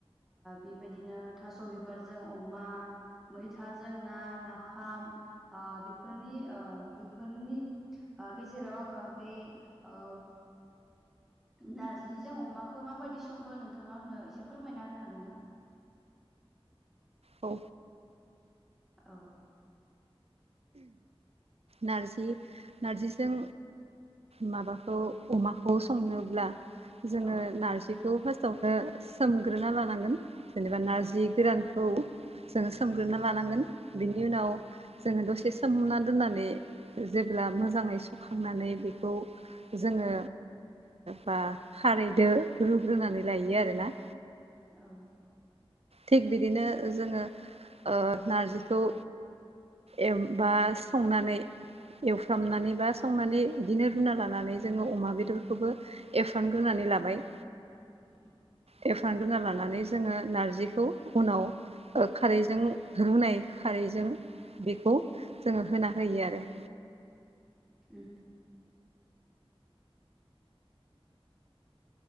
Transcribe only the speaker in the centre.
बेबायदिनो थास' बिबारजों अमा मैथाजों ना नाफाम बेफोरनि बेफोरनि आ गेजेराव आङो बे ओ नार्जिजों अमाखौ माबायदि सङो नोंथाङा आंनो एसे फोरमायना होनो हागोन ना
औ
औ
औ
उम
उम
औ
<inaudible>
उ